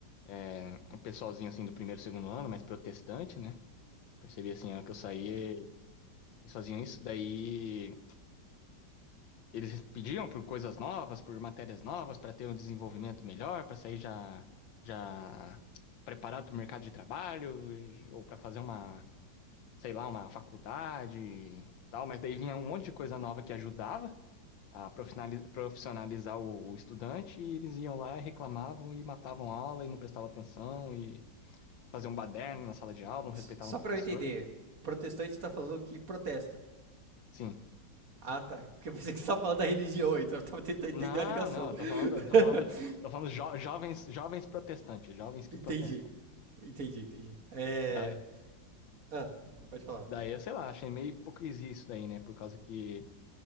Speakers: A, on the left (about 85°); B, on the right (about 50°).
A: é, um pessoalzinho assim do primeiro, segundo ano, mais protestante, né? Percebi assim, a hora que eu saí eles faziam isso. Daí Eles pediam por coisas novas, por matérias novas, para ter um desenvolvimento melhor, para sair já, já preparado para o mercado de trabalho, e- ou para fazer uma, sei lá, uma faculdade e tal. Mas daí vinha um monte de coisa nova que ajudava a profinali- profissionalizar o, o estudante, e eles iam lá e reclamavam e matavam a aula e não prestavam atenção e faziam um baderno na sala de aula, não respeitavam
B: S- Só
A: o professor.
B: pra eu entender, protestante tá falando que protesta.
A: Sim.
B: Ah, tá. Porque eu pensei que você tava falando da religião aí, então eu tava tentando
A: Não,
B: entender a ligação.
A: não, eu
B: <laughs>
A: tô falando, tô falando, tô falando jo- jovens, jovens protestantes, jovens que
B: Entendi.
A: protestam.
B: Entendi, entendi. É.
A: Da-
B: Ah, pode falar.
A: Daí, eu sei lá, achei meio hipocrisia isso daí, né? Por causa que.